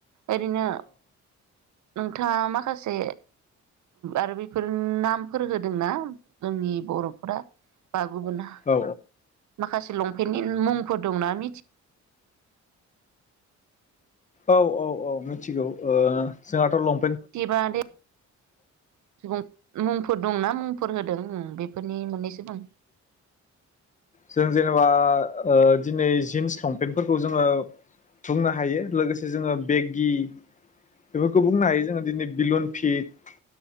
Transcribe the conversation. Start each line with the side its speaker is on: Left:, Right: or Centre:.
Right: एरैनो नोंथाङा माखासे आरो बेफोर नामफोर होदोंना जोंनि बर'फोरा बा गुबुन हा
Left: औ
Right: माखासे लंपेन्टनि मुंफोर दंना मिथि
Left: औ औ औ मिथिगौ ओ जोंहाथ' लं
Right: एबा दे मुं मुंफोर दंना मुंफोर होदों बेफोरनि मोननैसो बुं।
Left: जों जेनेबा ओ दिनै जिन्स लंपेन्टफोरखौ जोङो बुंनो हायो लोगोसे जोङो बेगि बेफोरखौ बुंनो हायो जोङो दिनै बिलुन फिन्ट